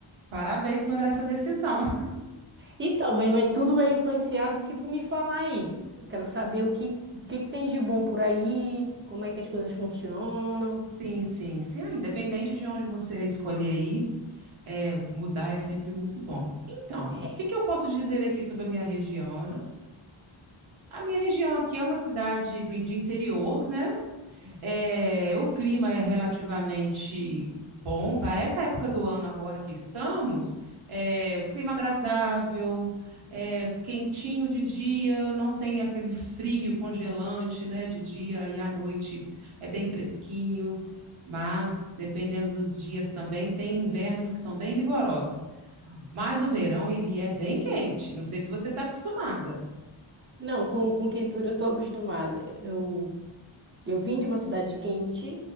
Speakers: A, on the right; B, on the right.
A: Parabéns
B: Sei.
A: por essa decisão. <laughs>
B: Então, mas vai, tudo vai influenciar do que tu me falar aí. Eu quero saber o que, o que que tem de bom por aí, como é que as coisas funcionam.
A: Sim, sim, sim. Ah, independente de onde você escolher ir, é, mudar é sempre muito bom. Então,
B: É.
A: o que que eu posso dizer aqui sobre a minha região? A minha região aqui é uma cidade do, de interior, né? É, o clima é relativamente bom para essa época do ano agora que estamos. É, o clima agradável, é, quentinho de dia, não tem aquele frio congelante, né, de dia e à noite é bem fresquinho. Mas dependendo dos dias também tem invernos que são bem rigorosos. Mas o verão ele é bem quente. Não sei se você está acostumada.
B: Não, com, com quentura eu tô acostumada. Eu Eu vim de uma cidade quente